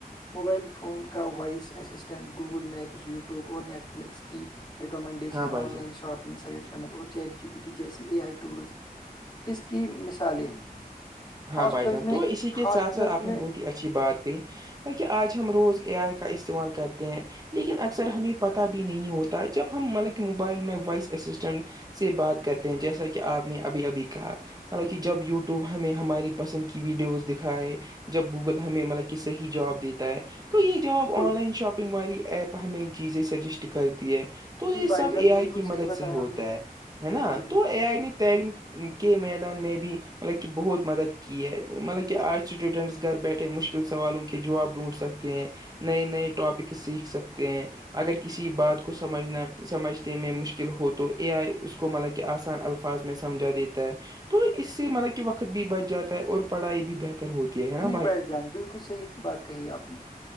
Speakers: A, on the left; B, on the right.
A: موبائل فون کا voice assistant Google maps YouTube اور نیٹ فلکس کیڈ
B: ہاں بھائی
A: آن
B: جان
A: لائن شاپنگ سجیشن اور چیٹ جی بی ٹی جیسی اے آئی ٹولز اس کے کی مثالیں ہیں
B: ہاں
A: ہاسپٹلز
B: بھائی جان
A: میں
B: تو اسی کے
A: ہاسپٹلز
B: ساتھ ساتھ آپ نے
A: میں
B: بہت ہی اچھی بات کہی بہ آج ہم روز اے آئی کا استعمال کرتے ہیں لیکن اکثر ہمیں پتہ بھی نہیں ہوتا جب ہم مطلب موبائل میں وائس اسسٹنٹ سے بات کرتے ہیں جیسا کہ آپ نے ابھی ابھی کہا مطانہ جب یوٹیوب ہمیں ہماری پسند کی ویڈیوز دکھائے جب گوگل ہمیں مطلب کہ صحی جواب دیتا ہے تو یہ جواب
A: بالکل
B: آن لائن شاپنگ والی ایپ ہمیں چیزیں سجیسٹ کرتی ہے تو
A: جی
B: یہ
A: بھائی
B: سب
A: جان
B: اے
A: بالکل
B: آئی کی
A: صحیح
B: مدد
A: بتایا
B: سے ہوتا
A: آپ نے
B: ہے ہے نا
A: بالکل بالکل
B: تو اے آئی نے تعلیم کے میدان میں بھی ملب بہت مدد کی ہے مطلب کہ آج اسٹوڈنٹس گھر بیٹھے مشکل سوالوں کے جواب ڈھونڈ سکتے ہیں نئے نئے ٹاپک سیکھ سکتے ہیں اگر کسی بات کو سمجھنا سمجھنے میں مشکل ہو تو اے آئی اس کو مطلب کہ آسان الفاظ میں سمجھا دیتا ہے تو اس سے مطب کہ وقت بھی بچ جاتا ہے اور پڑھائی بھی بہتر ہوتی ہے ہے نا
A: جی بھائی جان بالکل صحیح بات کہی آپ نے